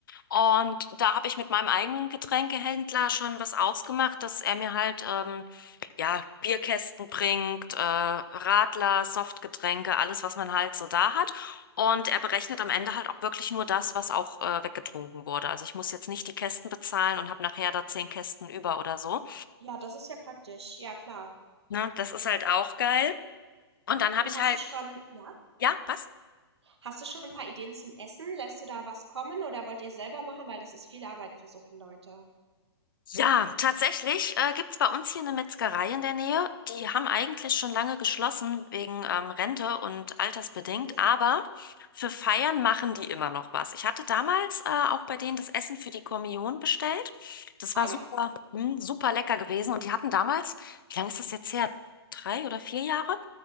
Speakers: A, on the left; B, on the right.
A: Und da habe ich mit meinem eigenen Getränkehändler schon was ausgemacht, dass er mir halt, ähm, ja, Bierkästen bringt, äh, Radler, Softgetränke, alles, was man halt so da hat. Und er berechnet am Ende halt auch wirklich nur das, was auch äh, weggetrunken wurde. Also ich muss jetzt nicht die Kästen bezahlen und habe nachher da zehn Kästen über oder so.
B: Ja, das ist ja praktisch. Ja, klar.
A: Ne? Das ist halt auch geil. Und dann
B: Und
A: habe ich
B: hast
A: halt,
B: du schon, ja,
A: ja, was?
B: hast du schon ein paar Ideen zum Essen? Lässt du da was kommen oder wollt ihr selber machen? Weil das ist viel Arbeit für so viele Leute.
A: Ja, tatsächlich äh, gibt's bei uns hier eine Metzgerei in der Nähe. Die haben eigentlich schon lange geschlossen wegen ähm, Rente und altersbedingt,
B: Mhm.
A: aber für Feiern machen die immer noch was. Ich hatte damals äh, auch bei denen das Essen für die Kommunion bestellt. Das
B: Ah
A: war super,
B: ja,
A: hm, super lecker gewesen. Und die hatten damals, wie lange ist das jetzt her? Drei oder vier Jahre?